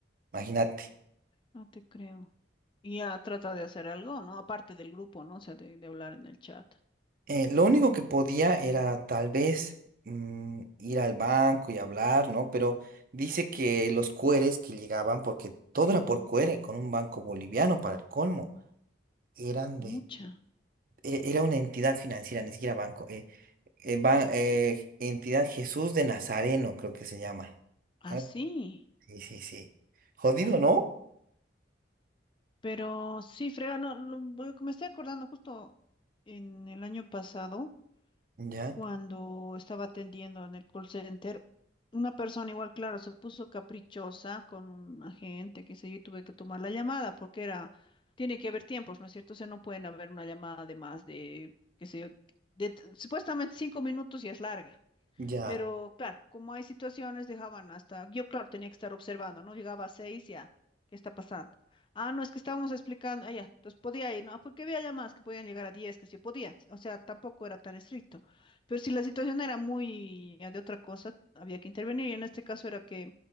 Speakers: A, on the right; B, on the left.
A: Imagínate.
B: No te creo. Y ya trata de hacer algo, ¿no? Aparte del grupo, ¿no? O sea, de, de hablar en el chat.
A: Eh, lo único que podía era tal vez mm, ir al banco y hablar, ¿no? Pero dice que los cueres que llegaban, porque todo era por cuere, con un banco boliviano para el colmo, eran
B: Mucha.
A: de... e- Era una entidad financiera, ni siquiera banco. Eh, va, eh, entidad Jesús de Nazareno, creo que se llama. Ah,
B: Así,
A: sí, sí, sí. Jodido, ¿no?
B: pero sí, frega, no, lo- lo que me estoy acordando justo en el año pasado,
A: Ya,
B: cuando estaba atendiendo en el call center, una persona igual, claro, se puso caprichosa con un agente, qué sé yo, y tuve que tomar la llamada porque era, tiene que haber tiempos, ¿no es cierto? O sea, no pueden haber una llamada de más de, qué sé yo, de, supuestamente cinco minutos y es larga.
A: ya.
B: Pero claro, como hay situaciones, dejaban hasta, yo claro, tenía que estar observando, ¿no? Llegaba a seis, ya, ¿qué está pasando? Ah, no, es que estábamos explicando, ah, ya, entonces podía ir, ¿no? Porque había llamadas que podían llegar a diez, que sí podían, o sea, tampoco era tan estricto. Pero si la situación era muy ya de otra cosa, había que intervenir, y en este caso era que